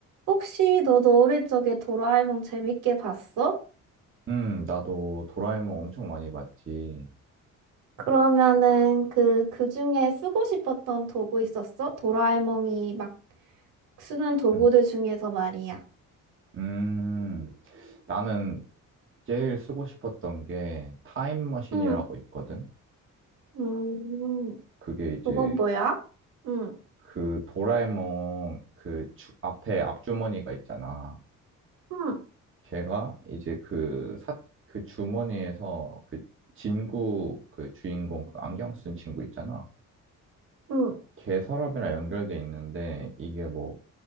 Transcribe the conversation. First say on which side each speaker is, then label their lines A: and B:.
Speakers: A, on the right; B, on the right.
A: 혹시 너도 어릴 적에 도라에몽 재밌게 봤어?
B: 음, 나도 도라에몽 엄청 많이 봤지.
A: 그러면은 그, 그 중에 쓰고 싶었던 도구 있었어? 도라에몽이 막 쓰는 도구들
B: 음,
A: 중에서 말이야.
B: 음, 나는 제일 쓰고 싶었던 게 타임머신이라고
A: 응.
B: 있거든?
A: 음,
B: 그게 이제
A: 그건 뭐야? 응,
B: 그 도라에몽 그 주- 앞에 앞주머니가 있잖아.
A: 응,
B: 걔가 이제 그 사, 그 주머니에서 그 진구 그 주인공 그 안경 쓴 친구 있잖아.
A: 응.
B: 걔 서랍이랑 연결돼 있는데 이게 뭐